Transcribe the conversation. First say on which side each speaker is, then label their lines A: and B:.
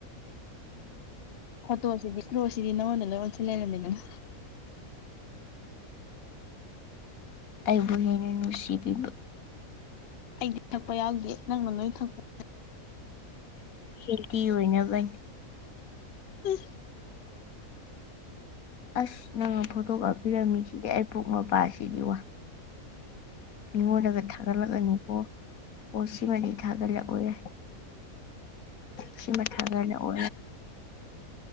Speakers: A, on the left (about 55°); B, on the left (about 70°).
A: ꯐꯇꯣꯁꯤꯗꯤ ꯐꯇꯣꯁꯤꯗꯤ ꯅꯉꯣꯟꯅ ꯂꯣꯏꯉꯣꯟꯁꯤ ꯂꯩꯔꯝꯃꯤꯗꯅ
B: ꯑꯩꯕꯨ ꯍꯦꯅ ꯅꯨꯡꯁꯤꯕꯤꯕ
A: ꯑꯩꯗꯤ ꯊꯛꯄ ꯌꯥꯎꯗꯦ ꯅꯪꯅ ꯅꯣꯏ ꯊꯛꯄꯩ
B: ꯈꯦꯇ ꯑꯣꯏꯅꯕ
A: ꯎꯝ
B: <inaudible> ꯑꯁ ꯅꯪꯉ ꯐꯇꯣ ꯀꯥꯄꯤꯤꯔꯃꯤꯁꯤ ꯄꯨꯛꯛ ꯃꯄꯥꯖꯤꯗꯤ ꯋꯥ ꯃꯤꯉꯣꯟꯗꯒ ꯊꯥꯒꯠꯂꯛꯂꯅꯨꯀꯣ ꯑꯣ ꯁꯤꯃꯗꯤ ꯊꯥꯒꯠꯂꯛꯑꯣ ꯌꯥꯏ ꯁꯤ ꯃꯊꯥꯒꯅꯦ ꯑꯣ